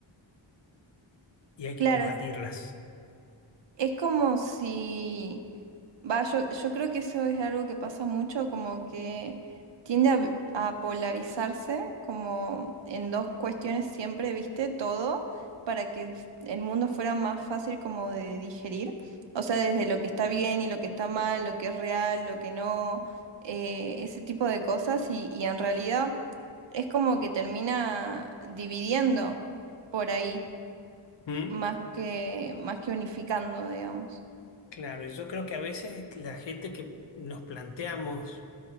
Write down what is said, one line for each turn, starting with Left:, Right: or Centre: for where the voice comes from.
Left: y hay que
Right: Claro,
Left: combatirlas.
Right: es, es como si... Va, yo, yo creo que eso es algo que pasa mucho, como que tiende a, vi- a polarizarse como en dos cuestiones siempre, ¿viste? Todo para que f- el mundo fuera más fácil como de digerir. O sea, desde lo que está bien y lo que está mal, lo que es real, lo que no, eh, ese tipo de cosas. Y, y en realidad es como que termina dividiendo por ahí,
Left: ¿Mm?
Right: más que, más que unificando, digamos.
Left: Claro, y yo creo que a veces la gente que nos planteamos